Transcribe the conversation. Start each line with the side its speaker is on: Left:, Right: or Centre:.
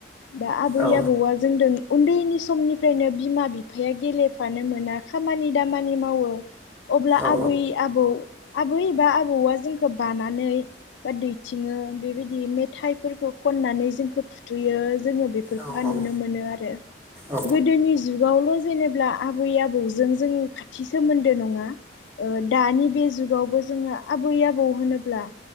Left: दा आबै
Right: औ
Left: आबौआ जोंदों उन्दैनि समनिफ्रायनो बिमा बिफाया गेले फानो मोना खामानि दामा खामानि मावो अब्ला
Right: औ
Left: आबै आबौ आबै बा आबौआ जों खो बानानै बा दैथिङो बेबायदि मेथाइफोरखौ खननानै जोंखौ फुथुयो जोङो बेफोरखौहाय
Right: औ
Left: नुनो मोनो आरो
Right: औ
Left: गोदोनि जुगावल' जेनेब्ला आबै आबौजों जों खाथि सोमोन्दो नङा ओ दानि बे जुगावबो जोङो आबै आबौ होनोब्ला